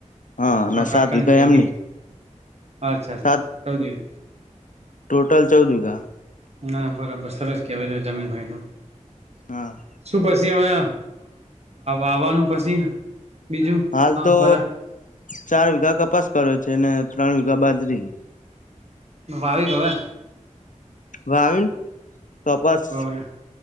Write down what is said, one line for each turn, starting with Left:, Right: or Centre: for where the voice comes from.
Left: હા અને
Right: કકાની
Left: સાત વીઘા
Right: છે
Left: એમની
Right: ગ. અચ્છા
Left: સાત
Right: દી.
Left: ટોટલ ચૌદ વિગા.
Right: ના બરાબર સરસ કેહેવાય છે જમીન હોય તો.
Left: હા.
Right: શું પછી હવે આવવાનું પછી, બીજું
Left: હાલ
Right: હ
Left: તો
Right: ફરા.
Left: ચાર વીઘા કપાસ કર્યો છે અનેને ત્રણ વીઘા બાજરી.
Right: દપાવી કવે?
Left: ભાવિન કપાસ
Right: બપોરે